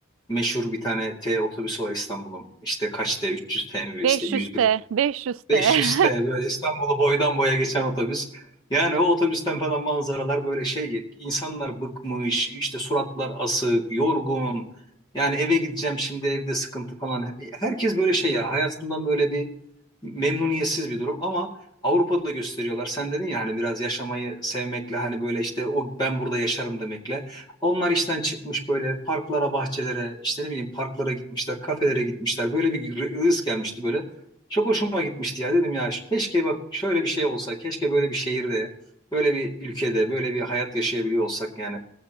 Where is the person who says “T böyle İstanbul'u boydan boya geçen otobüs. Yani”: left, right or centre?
Left